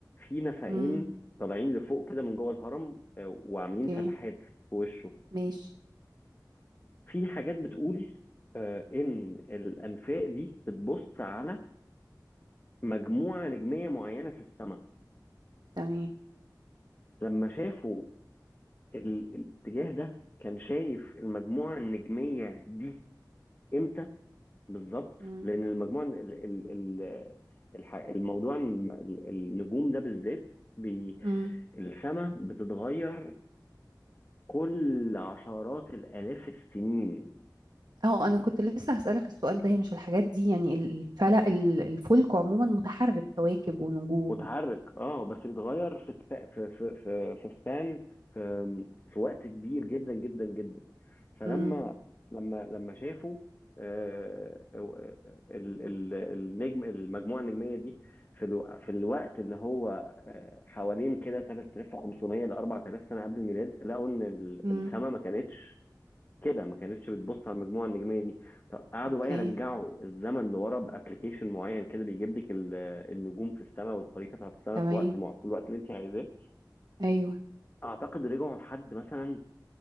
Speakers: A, on the left; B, on the right.
A: في نفقين
B: امم
A: طالعين لفوق كده من جوه الهرم آه، وعاملين
B: اوكي
A: فتحات في وشه
B: ماشي
A: في حاجات بتقول آه، ان الانفاق دي بتبص على مجموعة نجمية معينة في السماء
B: تمام
A: لما شافوا ال... الاتجاه ده كان شايف المجموعة النجمية دي امتى بالظبط
B: امم
A: لأن المجموعة ال... ال... ال... الح... الموضوع الم- ال- النجوم ده بالذات بي...
B: امم
A: السماء بتتغير كل عشرات الآلاف السنين
B: اه انا كنت لسه هسألك السؤال ده هي مش الحاجات دي يعني ال- الفلك ال- الفلك عموما متحرك كواكب ونجوم
A: متحرك اه بس بيتغير في سبا في في في في سبان في في وقت كبير جدا جدا جدا فلما
B: امم
A: لما لما شافوا آه، آه، ال- ال- النجم المجموعه النجميه دي في الو- في الوقت اللي هو آه، حوالين كده 3500 ل 4000 سنه قبل الميلاد لقوا ان
B: امم
A: السماء ما كانتش كده ما كانتش بتبص على المجموعه النجميه دي طب قعدوا
B: اوكي
A: بقى يرجعوا الزمن لورا بابلكيشن معين كده بيجيب لك ال- النجوم في السماء والخريطه بتاعت السماء
B: تمام
A: في وقت مع في الوقت اللي انت عايزاه
B: ايوه
A: اعتقد رجعوا لحد مثلا